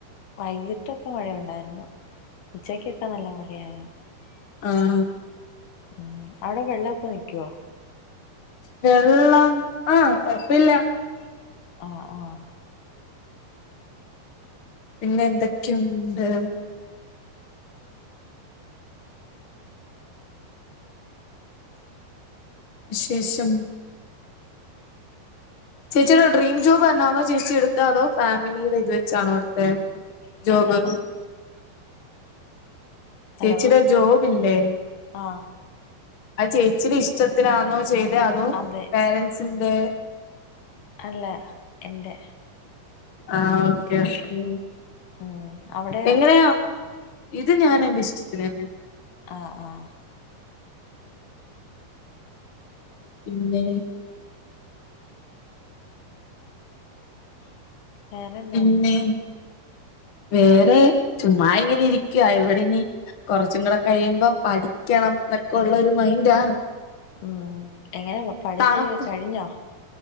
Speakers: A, on the left; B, on the left.
A: വൈകിട്ടൊക്കെ മഴയുണ്ടായിരുന്നു. ഉച്ചയ്ക്കൊക്കെ നല്ല മഴയായിരുന്നു.
B: ആഹ്
A: ഉം അവിടെ വെള്ളൊക്കെ നിക്കുവോ?
B: വെള്ളം ആഹ് കൊയപ്പില്ല.
A: ആഹ് ആഹ്
B: പിന്നെ എന്തൊക്കെയുണ്ട് വിശേഷം ചേച്ചിടെ ഡ്രീം ജോബ് തന്നാണോ ചേച്ചി എടുത്താ അതോ ഫാമിലിയുടെ ഇത് വെച്ചാണോ എടുത്തെ? ജോബ്
A: എന്താണ് ഹലോ
B: ചേച്ചീടെ ജോബില്ലേ
A: ആഹ്
B: അത് ചേച്ചിയുടെ ഇഷ്ടത്തിനാണോ ചെയ്തേ അതോ
A: അതെ
B: പേരൻസിന്റെ
A: അല്ല എൻ്റെ
B: ആഹ് ഓക്കെ ഓക്കെ
A: ഉം അവിടെയോ
B: എങ്ങനെയാ ഇത് ഞാൻ എന്റെ ഇഷ്ടത്തിന് തന്നെ.
A: ആഹ് ആഹ്
B: പിന്നെ
A: വേറെന്താണ്
B: പിന്നെ വേറെ ചുമ്മാ ഇങ്ങനെ ഇരിക്കുവ ഇവിടെയിനി കുറച്ചും കൂടെ കഴിയുമ്പം പഠിക്കണം എന്നൊക്കെ ഉള്ള ഒരു മൈൻഡാണ്.
A: ഉം എങ്ങനെ പഠിച്ച്
B: തണുപ്പ്
A: കഴിഞ്ഞോ?